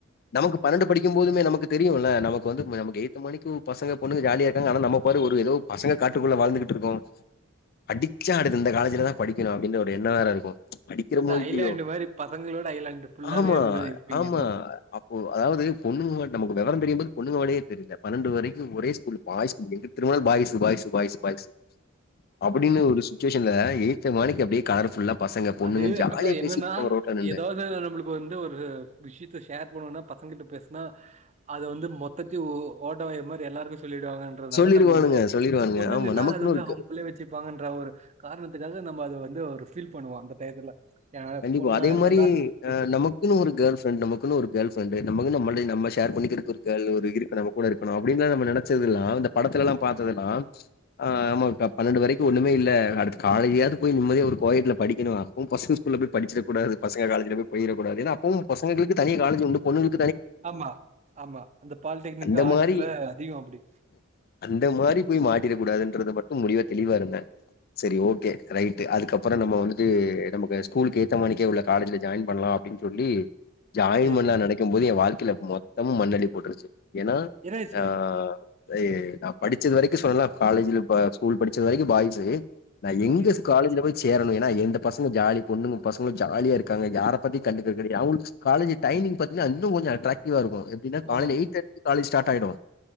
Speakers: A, on the left; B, on the right.
A: நமக்கு பன்னெண்டு படிக்கும் போதுமே நமக்கு தெரியும்ல நமக்கு வந்து நமக்கு எகுத்த மானிக்கு பசங்க பொண்ணுக ஜாலியா இருக்காங்க நம்ம பாரு ஒரு ஏதோ பசங்க காட்டுக்குள்ள வாழ்ந்துட்டு இருக்கோ அடுச்சா இந்த காலேஜுல தான் படிக்கணும் அப்டின்ற ஒரு எண்ணம் வேற இருக்கும் ச் படிக்கிறமோ
B: அதா
A: இல்லையோ
B: ஐலாண்டு மாரி பசங்களோட ஐலாண்டு ஃபுல்லாவே
A: ஆமா
B: இருந்தது இருப்பீங்க
A: ஆமா
B: மொத்தோ
A: அப்போ அதாவது பொண்ணுங்க நமக்கு வெவரம் தெரியும்போது பொண்ணுங்க மேலயே தெரில பன்னண்டு வரைக்கும் ஒரே ஸ்கூல் பாய்ஸு எங்குட்டு திரும்புனாலு பாய்ஸு பாய்ஸு பாய்ஸு பாய்ஸு அப்டின்னு ஒரு ஸ் டியூஷன்ல எய்த மேனக்கே அப்டியே கலர்ஃபுல்லா பசங்க, பொண்ணுங்கன்னு
B: அது
A: ஜாலியா
B: அதான் என்னன்னா
A: பேசிட்டு இருப்பாங்க ரோட்ல நின்னு.
B: எதாவது நம்மளுக்கு வந்து ஒரு விஷயத்த ஷேர் பண்ணனுனா பசங்க கிட்ட பேசுனா அது வந்து மொத்தத்தயு ஓட்ட வாய் மாரி எல்லாருக்கும் சொல்லிடுவாங்கன்றதுனால
A: சொல்லிருவானுங்க,
B: நம்ம வந்து
A: சொல்லிருவானுங்க.
B: பொண்ணுங்கனா
A: ஆமா நமக்குன்னு
B: அது வந்து
A: ஒரு
B: அவுங்களுக்குள்ளயே வச்சுப்பாங்கன்ற ஒரு காரணத்துக்காக நம்ம அது வந்து ஒரு பண்ணுவா அந்த டயத்துல ஏ
A: கண்டிப்பா
B: பொண்ணா
A: அதே
B: இருந்தா
A: மாரி
B: பேசிரு
A: அ நமக்குன்னு ஒரு கேர்ள் ஃப்ரெண்ட் நமக்குன்னு ஒரு கேர்ள் ஃப்ரெண்டு் நமக்குன்னு நம்ளுடைய நம்ம ஷேர் பண்ணிக்கிறதுக் ஒரு கேர்ள் ஒரு இருக்கணு நம்ம கூட இருக்கணு அப்டின்னா நம்ம நெனச்சதுல்ல இந்த படத்துலெல்லா பாத்ததெல்லா அ நம்மக்கு பண்னென்ட்டு வரைக்கு ஒன்னுமு இல்ல அடுத்து காலையிலையாவது போய் நிம்மதியா ஒரு கோயட்ல படிக்கணு <unintelligible> படிச்சிடக்க கூடாது பசங்க காலேஜில போயிடக் கூடாது அப்பவு பசங்களுக்கு தனியா காலேஜ் உண்டு பொண்ணுங்களுக்
B: ஆமா ஆமா அந்த பாலிடெக்னிக்
A: அந்த
B: ஆர்ட்ஸ்ல
A: மாரி
B: அதிகோ அப்புடி
A: அந்த மாரி போய் மாட்டிடக்க கூடாதுன்றது மட்டு முடிவ தெளிவா இருந்தே சரி ஓகே ரைட்டு அதுக்கப்புறோ நம்ம வந்துட்டு நமக்கு ஸ்கூலு ஏத்த மாணிக்கே உள்ள காலேஜில ஜாயின் பண்ணலா அப்டின் சொல்லி ஜாயின்
B: செரி
A: பண்லா நெனைக்கும் போது என் வாழ் த்துல மொத்தமும் மண்ணு அள்ளி போட்டுட்டுச்சு ஏன்னா
B: என்னாச்சு
A: அஹ் அ நா படிச்சது வரைக்கு சொல்லலா காலேஜ்ல ஸ்கூல் படிச்சது வரைக்கு பாய்ஸு நா எங்க
B: ஓகே
A: காலேஜ்ல போய் சேரணு ஏனா எந்த பசமும் ஜாலி பொண்ணுங்க பசங்களு ஜாலியா இருக்காங்க யாரைப் பத்தியு கண்டுக்க கெடையாது அவுங்களு காலேஜ் டைமிங் பாத்தீங்ன்னா இன்னு கொஞ்சோ அட்ராக்டிவாருக்கு எப்டின்னா காலையில
B: ஆமா
A: எய்ட் தேர்டிக்கு காலேஜ் ஸ்டார்ட் டயடும்